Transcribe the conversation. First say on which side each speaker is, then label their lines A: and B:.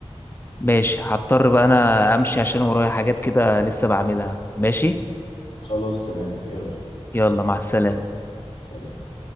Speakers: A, on the left; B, on the left.
A: ماشي هضطر بقى انا امشي عشان ورايا حاجات كده لسه بعملها ماشي
B: خلاص تمام يلا
A: يلا مع السلامة
B: سلام